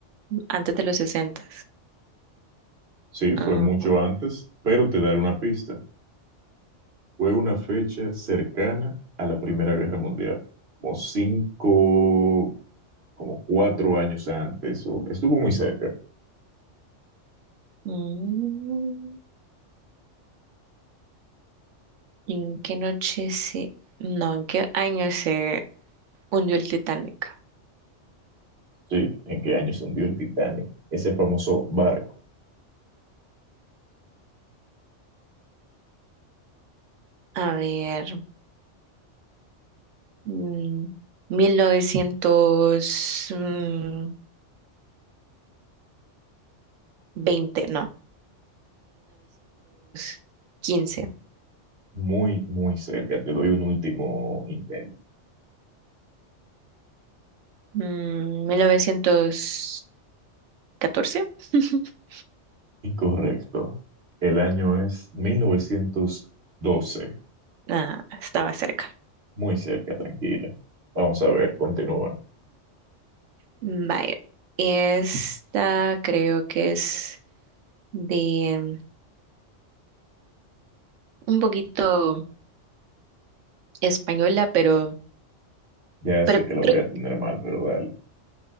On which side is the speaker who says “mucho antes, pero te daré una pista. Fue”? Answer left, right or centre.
Right